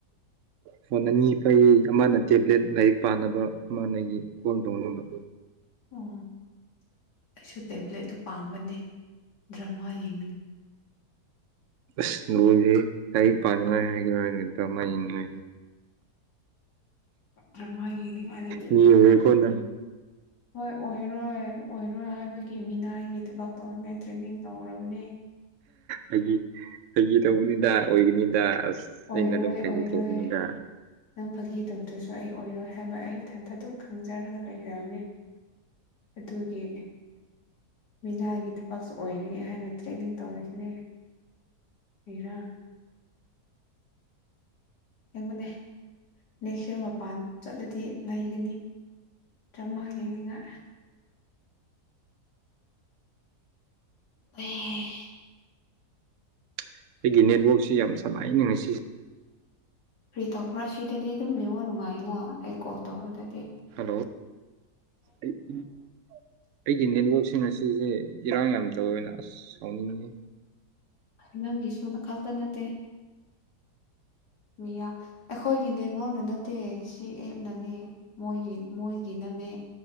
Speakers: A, on the right (about 65°); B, on the left (about 90°).
A: ꯐꯣꯟ ꯑꯅꯤ ꯐꯩ ꯑꯃꯅ ꯇꯦꯕ꯭ꯂꯦꯠ ꯂꯥꯏꯔꯤꯛ ꯄꯥꯅꯕ ꯑꯃꯅꯒꯤ ꯀꯣꯜ ꯇꯧꯅꯕ
B: ꯑꯣ ꯑꯩꯁꯨ ꯇꯦꯕ꯭ꯂꯦꯠꯇꯨ ꯄꯥꯝꯕꯅꯦ ꯗ꯭ꯔꯃꯥ ꯌꯦꯡꯉ
A: ꯁꯦ ꯀ ꯄꯥꯥꯟ ꯉ ꯍꯥꯏ ꯀꯃꯥꯏꯉ
B: ꯗ꯭ꯔꯃꯌꯦꯅꯤ ꯂꯗꯦꯇꯅꯦꯗ
A: ꯃꯤ ꯑꯣꯏꯔꯦꯀꯣ ꯅꯪ
B: ꯍꯣꯏ ꯑꯣꯏꯔꯣꯏ ꯑꯣꯏꯔꯣꯏ ꯍꯥꯏꯕꯒꯤ ꯃꯤꯅꯥꯏꯒꯤ ꯊꯕꯛ ꯇꯧꯅꯤꯡꯉꯥꯏ ꯇ꯭ꯔꯦꯅꯤꯡ ꯇꯧꯔꯕꯅꯦ
A: ꯑꯩꯒꯤ ꯑꯩꯒꯤ ꯇꯧꯕꯅꯤꯗ ꯑꯣꯏꯒꯅꯤꯗ
B: ꯑꯣꯏꯔꯣꯏ
A: ꯑꯩꯅ ꯑꯗꯨꯝ ꯐꯩꯒ
B: ꯑꯣꯏꯔꯣꯏ
A: ꯇꯧꯕꯅꯤꯗ
B: ꯅꯪ ꯐꯥꯒꯤ ꯗꯧꯇ꯭ꯔꯁꯨ ꯑꯩ ꯑꯣꯏꯔꯣꯏ ꯍꯥꯏꯕ ꯑꯩ ꯏꯊꯟꯇ ꯑꯗꯨꯝ ꯈꯪꯖꯔꯒ ꯂꯩꯕꯅꯤ ꯑꯗꯨꯒꯤ ꯃꯤꯅꯥꯒꯤ ꯊꯕꯛꯁꯨ ꯑꯣꯏꯔꯒꯦ ꯍꯥꯏꯅ ꯇ꯭ꯔꯦꯅꯤꯡ ꯇꯧꯔꯤꯁꯤꯅꯦ ꯏꯔꯥ ꯌꯦꯡꯕꯅꯦ ꯅꯦꯛꯁ ꯏꯔ ꯃꯄꯥꯟ ꯆꯠꯂꯗꯤ ꯂꯩꯒꯅꯤ ꯗ꯭ꯔꯃꯥ ꯌꯦꯡꯅꯤꯡꯉ ꯑꯩ
A: ꯑꯩꯈꯣꯏꯒꯤ ꯅꯦꯠꯋꯥꯛꯁꯤ ꯌꯥꯝ ꯁꯅꯏꯅꯤ ꯉꯁꯤꯦ
B: ꯀꯔꯤ ꯇꯧꯕ꯭ꯔꯥ ꯁꯤꯗꯗꯤ ꯑꯗꯨꯝ ꯌꯦꯅꯤꯉꯣ ꯅꯨꯡꯉꯥꯏꯅꯣ ꯑꯩ ꯀꯣꯜ ꯇꯧꯗ
A: ꯍꯜꯂꯣ ꯑꯩꯒꯤ ꯅꯦꯠꯋ ꯑꯁꯤꯅꯁꯤꯁꯦ ꯏꯔꯥꯡ ꯌꯥꯝ ꯇ ꯑꯣꯏꯅ ꯑꯁ ꯁꯥꯎꯅꯤꯡꯉꯤ
B: ꯅꯪꯒꯤꯁꯨꯗ ꯈꯛꯇ ꯅꯠꯇꯦ ꯃꯤ ꯑꯩꯈꯣꯏꯒꯤ ꯅꯦꯠꯋꯔꯥꯛꯛꯅ ꯅꯠꯇꯦ ꯁꯤ ꯑꯦꯞꯅꯅꯦ ꯃꯣꯏꯒꯤ ꯃꯣꯏꯒꯤꯅ ꯃ